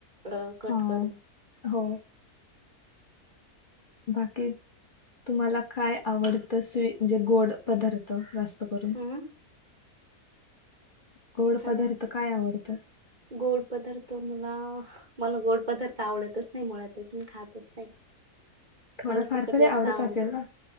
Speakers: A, on the right; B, on the left.
A: अ कट
B: हा
A: करू
B: हो बाकी तुम्हाला काय आवडतं स्वी म्हणजे गोड पदार्थ जास्त करून
A: हम्म
B: गोड
A: हॅलो
B: पदार्थ काय आवडत
A: गोड पदार्थ मला मला गोड पदार्थ आवडतच नाही मुळातच मी खातच नाही
B: थोडाफार
A: मला तिकड
B: तरी
A: जास्त
B: आवडत
A: आवडतं
B: असेल ना